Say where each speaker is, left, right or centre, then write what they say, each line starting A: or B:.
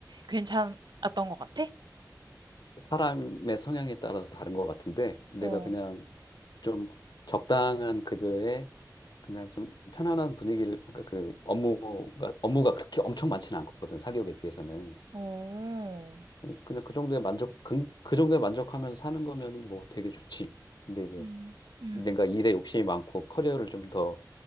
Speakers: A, on the right (about 85°); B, on the left (about 80°).
A: 괜찮았던 것 같아?
B: 사람의 성향에 따라서 다른 것 같은데 내가
A: 어,
B: 그냥 좀 적당한 급여에 그냥 좀 편안한 분위기를 그러니까 그 업무가 업무가 그렇게 엄청 많지는 않거든 사기업에 비해서는
A: 어,
B: 그냥 그 정도에 만족 그, 그 정도에 만족하면서 사는 거면은 뭐 되게 좋지 근데 이제
A: 음, 음.
B: 내가 일에 욕심이 많고 커리어를 좀더